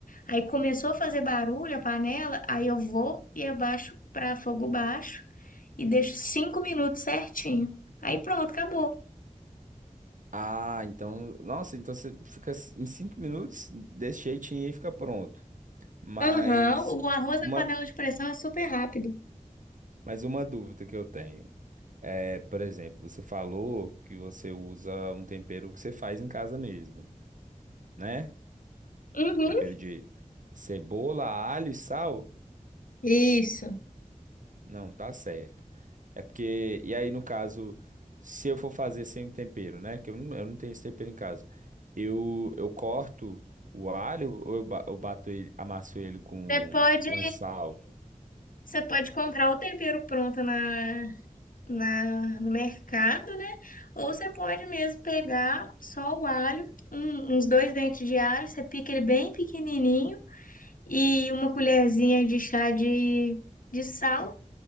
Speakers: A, on the left; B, on the right.
A: Aí começou a fazer barulho a panela, aí eu vou e abaixo para fogo baixo e deixo cinco minutos certinho. Aí pronto, acabou.
B: ah, então, nossa, então você fica em cinco minutos desse jeitinho e fica pronto. Mas
A: Aham, o arroz
B: uma,
A: na panela de pressão é super rápido.
B: mas uma dúvida que eu tenho. É, por exemplo, você falou que você usa um tempero que você faz em casa mesmo, né?
A: Uhum.
B: Tempero de cebola, alho e sal?
A: Isso.
B: Não, tá certo. É porque, e aí no caso, se eu for fazer sem tempero, né? Que eu não, eu não tenho esse tempero em casa. Eu, eu corto o alho ou eu, ba- eu bato ele, amasso ele com,
A: Você pode,
B: com sal?
A: você pode comprar o tempero pronto na, na, no mercado, né? Ou você pode mesmo pegar só o alho, um- uns dois dentes de alho, você pica ele bem pequenininho e uma colherzinha de chá de, de sal